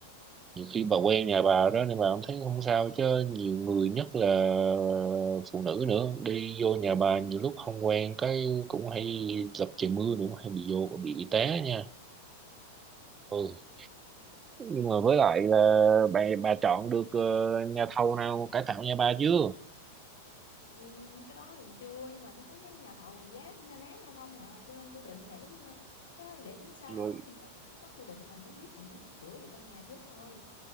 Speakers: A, on the right; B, on the left.
A: nhiều khi bà quen nhà bà đó nên bà không thấy không sao chứ nhiều người nhất là phụ nữ nữa đi vô nhà bà nhiều lúc không quen cái cũng hay gặp trời mưa nữa hay bị vô bị té nha ừ nhưng mà với lại là bà bà chọn được ờ, nhà thầu nào cải tạo nhà bà chưa
B: Ừ, cái đó thì chưa nhưng mà tôi thấy mấy nhà thầu thì giá cũng na ná nhau không à cho nên tôi định để ờ, cái đó để tính sau
A: rồi
B: á giờ trước mắt tôi định là muốn biết là muốn sửa gì trong nhà trước thôi